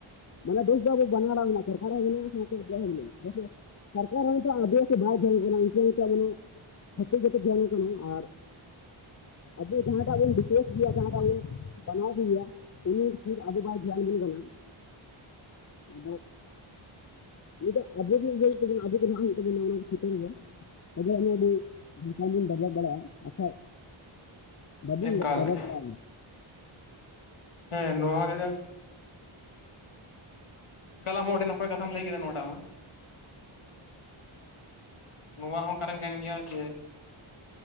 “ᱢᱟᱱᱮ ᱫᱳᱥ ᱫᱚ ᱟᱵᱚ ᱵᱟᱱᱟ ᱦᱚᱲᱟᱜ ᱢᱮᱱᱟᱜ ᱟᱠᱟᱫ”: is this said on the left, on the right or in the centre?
Left